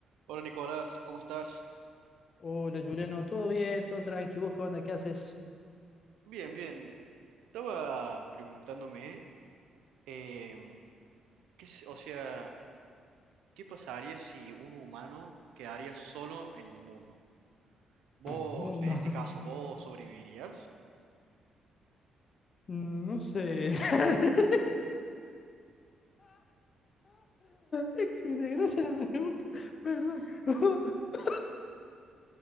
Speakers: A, on the right; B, on the left.
A: Hola Nicolás, ¿cómo estás?
B: Hola, Juliano, ¿todo bien? ¿Todo tranqui? ¿Vos qué onda? ¿Qué haces
A: Bien, bien. Estaba preguntándome, em, ¿qué, es- o sea, ¿qué pasaría si un humano quedaría solo en el mundo? Vos,
B: en el mundo?
A: en este
B: <laughs>
A: caso, ¿vos sobrevivirías?
B: No sé. <laughs> Es que me desgracia la pregunta. Perdón. <laughs>